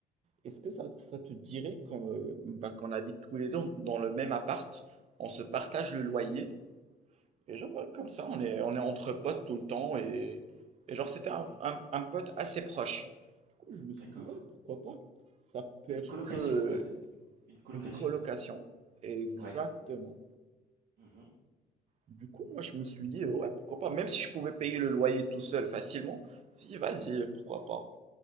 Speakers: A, on the right; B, on the right.
A: est-ce que ça, ça te dirait qu'on euh, bah, qu'on habite tous les deux dans le même appart, on se partage le loyer et genre, ouais, comme ça, on est, on est entre potes tout le temps. Et, et genre, c'était un,
B: Mmh.
A: un- un pote assez proche. Du coup, je me suis
B: D'accord.
A: dit, ouais, pourquoi pas? Ça peut
B: Une
A: être
B: colocation,
A: que euh,
B: en fait, une une colocation,
A: une colocation.
B: quoi?
A: Exactement.
B: Ouais. Mmh
A: Du coup, moi, je me suis dit, euh, ouais, pourquoi pas? Même si je pouvais payer le loyer tout seul facilement, je me suis dit, vas-y, pourquoi pas?